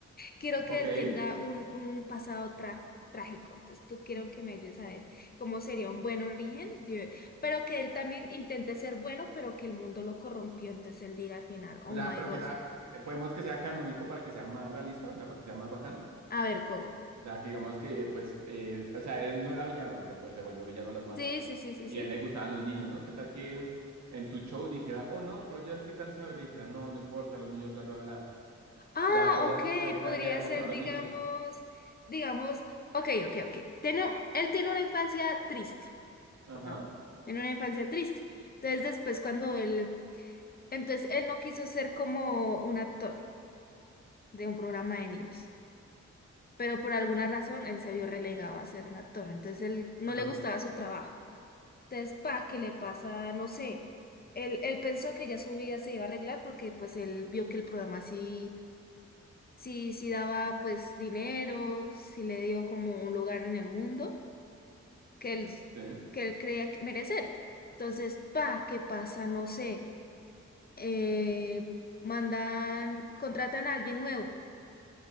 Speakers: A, on the left; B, on the right.
A: quiero que
B: ok.
A: él tenga un, un pasado tra- trágico. Entonces, tú quiero que me ayudes a ver cómo sería un buen origen, de- pero que él también intente ser bueno, pero que el mundo lo corrompió. Entonces, él diga al final, oh
B: O sea,
A: my
B: pero
A: gosh,
B: que sea, eh, podemos que sea canónico para que sea más realista, o sea, para que sea más bacano.
A: a ver cómo.
B: O sea, que digamos que, pues, eh, o sea, él no era villano, pero pues se volvió villano a las malas.
A: Sí, sí, sí, sí,
B: Y
A: sí.
B: a él le gustaban los niños, ¿no? ¿Qué tal que en, en su show dijera, oh, no, pero ya estoy cansado? Y le dijera, no, no importa, los niños, bla, bla, bla.
A: Ah,
B: O sea, cosas
A: ok,
B: así, pero que tenga
A: podría
B: que ver algo
A: ser,
B: con los
A: digamos,
B: niños.
A: digamos, ok, ok, ok. Tiene, él tiene una infancia triste.
B: Ajá,
A: pongámosle, en una infancia triste. Entonces después cuando él, entonces él no quiso ser como un actor de un programa de niños, pero por alguna razón él se vio relegado a ser un actor, entonces él no
B: ajá,
A: le gustaba su trabajo. Entonces, pa, qué le pasa? No sé. Él, él pensó que ya su vida se iba a arreglar porque pues él vio que el programa sí, sí, sí daba pues dinero, sí le dio como un lugar en el mundo que él,
B: sí.
A: que él creía que merecer. Entonces, pa, ¿qué pasa? No sé. eh, mandan, contratan a alguien nuevo.